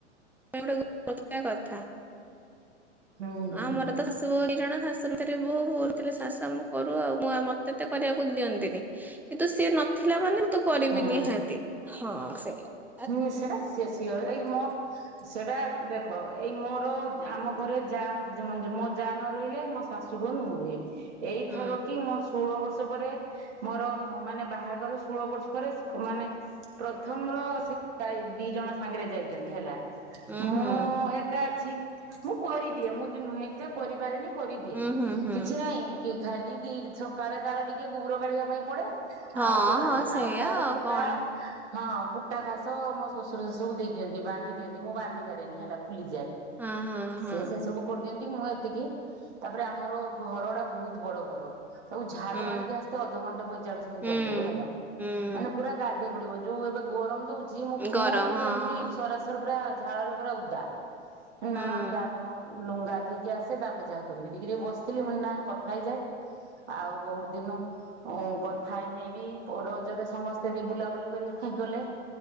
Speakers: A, in the centre; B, on the right.
A: ପାଇଁ ଗୋଟେ ଗୋ ରଖିବା କଥା
B: ହୁଁ ହୁଁ।
A: ଆମର ତ। ଶାଶୁ ବୋହୂ ଦି ଜଣ ଶାଶୁ ନଥିଲେ ବୋହୂ ବୋହୂ ନଥିଲେ ଶାଶୁ ଆମ କରୁ ଆଉ ମୁଁ ଆ ମତେ ତ କରିବାକୁ ଦିଅନ୍ତିନି। କିନ୍ତୁ ସିଏ ନଥିଲା ମାନେ ମୁଁ ତ କରିବି
B: ହୁଁ
A: ନିହାତି ହଁ ସେୟା।
B: ହୁଁ ସେଟା ସିଅ ସିଅ ଏଇ ମୋ। ସେଟା ଦେଖ ଏଇ ମୋର ଆମ ଘରେ ଯା <unintelligible> ମୋ ଯା ନ ରହିଲେ ମ ଶାଶୁ ରୁହନ୍ତି ମୁଁ ରୁହେ ଏଇଥର
A: ହୁଁ
B: କି ମୋର ଷୋଳ ବର୍ଷ ପରେ। ମୋର ମ-ମାନେ ବାହାଘର ଷୋଳ ବର୍ଷ ପରେ ମାନେ ପ୍ରଥମ ର ସେ <unintelligible> ଦି ଜଣ ସାଙ୍ଗରେ ଯାଇଛନ୍ତି ହେଲା
A: ହୁଁ
B: ମୁଁ
A: ହୁଁ
B: ଏ ଏକା ଅଛି ମୁଁ କରିଦିଏ ମୁଁ ଯୋଉ ନୁହେଁ କି ଯେ କରିପାରେନି କରିଦିଏ
A: ହୁଁ ହୁଁ ହୁଁ।
B: କିଛି ନାଇ। କି ଖାଲି ଦିର ସକାଳେ ତାର ଟିକେ ଗୁବୁରୋ କାଢିବା ପାଇଁ ପଡେ।
A: ହଁ
B: ଆଉ ତୋରାଣୀ
A: ହଁ ସେଇଆ
B: ଆଉ ତାର କୁଟା।
A: କଣ
B: ହଁ କୁଟା ଘାସ ମୋ ଶଶୁର ସବୁ ଦେଇଦିଅନ୍ତି ବାନ୍ଧି ଦିଅନ୍ତି ମୁଁ ବାନ୍ଧି ପାରେନି ହେଲା ଖୁଲିଯାଏ।
A: ହଁ ହଁ
B: ସିଏ
A: ହଁ
B: ସେ ସବୁ। କରିଦିଅନ୍ତି ମୁଁ ଏତିକି ତାପରେ ଆମର ଘର ଟା ବହୁତ ବଡ ଘର। ତାକୁ ଝାଡୁ
A: ହୁଁ
B: ମାରିକି ଆସିତେ ଅଧଘଣ୍ଟା ପଇଁଚାଳିଶ ମିନିଟ
A: ହୁଁ।
B: ଚାଲିଯିବ ହେଲା
A: ହୁଁ
B: ମାନେ ପୁରା। ଗାଧେଇ ପଡିବ ଯୋଉ ଏବେ ଗରମ ଦଉଛି ମୁଁ ଫୁଲ
A: ଗରମ
B: ଯେମିତି
A: ହଁ
B: ସରାସ ଥରେ ପୁରା ଝାଳରେ ପୁରା ଉଦା ନା
A: ହୁଁ
B: ଗାଧୋଉଁ ଲୁଁ ଗାଧେ କି ଆସେ ତାପରେ ଯାହା କରିବି ଟିକେ ଟିକେ ବସିଥିଲି ମୁଁ କହିଲି ନାଇ କଥା ହେଇଯାଏ ଆଉ ବହୁତ ଦିନୁ। ଉଁ କଥା ହେଇନାଇଁ ବି ପ ରଜରେ ସମସ୍ତେ ବି ବୁଲାବୁଲି କରିବା ପାଇଁ ଗଲେ।